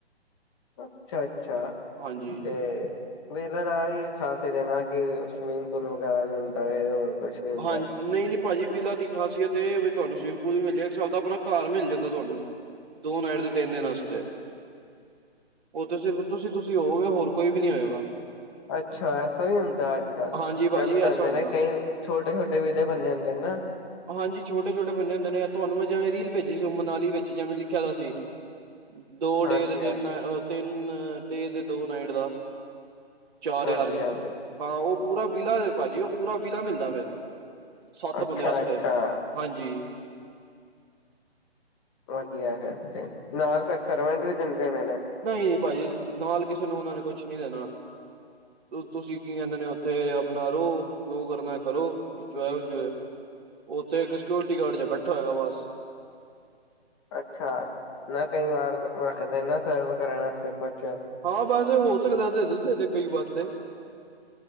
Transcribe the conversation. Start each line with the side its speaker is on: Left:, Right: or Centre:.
Left: ਅੱਛਾ -ਅੱਛਾ
Right: ਹਾਂਜੀ
Left: ਤੇ। ਵਿਲਾ ਦਾ ਵੀ ਖਾਸੀਅਤ ਹੈ ਨਾ ਕਿ, ਸਵਿਮਿੰਗ ਪੂਲ ਵਗੈਰਾ ਵੀ ਹੁੰਦਾ ਹੈ ਹੋਰ। ਕੁਛ ਵੀ ਹੁੰਦਾ
Right: ਹਾਂਜ।
Left: ਹੈ
Right: ਨਹੀਂ -ਨਹੀਂ, ਭਾਜੀ ਵਿਲਾ ਦੀ ਖਾਸੀਅਤ ਇਹ ਹੈ, ਬਈ ਤੁਹਾਨੂੰ ਸਵੀਮਿੰਗ ਪੂਲ ਵੀ ਮਿਲ ਜਾ ਗਾ ਇੱਕ ਹਿਸਾਬ ਦਾ ਆਪਣਾ ਘਰ ਮਿਲ ਜਾਂਦਾ ਤੁਹਾਨੂੰ। ਦੋ ਨਾਈਟ ‌‌ਤੇ, ਤਿੰਨ ਦਿਨ ਆਸਤੇ। ਉਥੇ ਸਿਰਫ ਤੁਸੀਂ -ਤੁਸੀਂ ਹੋਵੋਗੇ, ਹੋਰ ਕੋਈ ਵੀ ਨਹੀਂ ਹੋਏਗਾ।
Left: ਅੱਛਾ ਐਸਾ ਵੀ ਹੁੰਦਾ ਅੱਜ- ਕੱਲ,
Right: ਹਾਂਜੀ ਭਾਜੀ
Left: ਕਰ ਜਾਂਦਾ
Right: ਐਸਾ ਹੁੰਦਾ
Left: ਨੇ ਕਈ ਛੋਟੇ- ਛੋਟੇ, ਵਿਲੇ ਬਣੇ ਹੁੰਦੇ ਨਾ।
Right: ਹਾਂਜੀ, ਛੋਟੇ- ਛੋਟੇ ਬੰਦੇ ਹੁੰਦੇ ਨੇ, ਤੁਹਾਨੂੰ ਮੈਂ ਜਿਵੇਂ ਰੀਲ ਭੇਜੀ ਸੀ, ਉਹ ਮਨਾਲੀ ਵਿੱਚ ਜਿਵੇਂ ਲਿਖਿਆ ਦਾ ਸੀ। ਦੋ
Left: ਹਾਂਜੀ
Right: ਡੇਜ, ਤਿੰਨ
Left: ਹਾਂਜੀ
Right: ਅ-ਓ ਤਿੰਨ ਡੇਜ ਦੋ ਨਾਈਟ ਦਾ ਚਾਰ
Left: ਹਾਂਜੀ-ਹਾਂਜੀ,
Right: ਹਜ਼ਾਰ ਚ ਹਾਂ, ਉਹ ਪੂਰਾ ਵਿਲਾ ਹੈ ਭਾਜੀ, ਉਹ ਪੂਰਾ ਵਿਲਾ ਮਿਲਦਾ ਫੇਰ। ਸੱਤ
Left: ਅੱਛਾ-ਅੱਛਾ।
Right: ਬੰਦਿਆਂ ਵਾਸਤੇ, ਹਾਂਜੀ।
Left: ਵਧੀਆ ਹੈ, ਫਿਰ ਤੇ ਨਾਲ ਫੇਰ ਸਰਵੈਂਟ ਵੀ ਦਿੰਦੇ ਹੋਣੇ ਨੇ
Right: ਨਹੀਂ ਪਾਜੀ ਨਾਲ ਕਿਸੇ ਨੂੰ ਉਹਨਾਂ ਨੇ ਕੁਛ ਨੀ ਦੇਣਾ। ਤੁਸੀਂ ਕੀ ਕਹਿੰਦੇ ਨੇ ਓ ਤੇ ਅਪਣਾ ਰਹੋ ਜੋ ਕਰਨਾ ਹੈ ਕਰੋ ਜੋ ਹੈ ਉੰਝ ਹੈ। ਉੱਥੇ ਇਕ ਸਿਓਰਿਟੀ ਗਾਰਡ ਜਯਾ ਬੈਠਾ ਹੋਏਗਾ ਬਸ।
Left: ਅੱਛਾ ਨਾ, ਕਈ ਵਾਰ ਰੱਖਦੇ ਨਾ, ਸਰਵ ਕਰਨ ਵਾਸਤੇ ਕੁਛ
Right: ਹਾਂ ਬਸ ਹੋ ਸਕਦਾ ਹੈ, ਦੇਦੇ-ਦੇਦੇ ਕਈ ਵਾਰ ਤੇ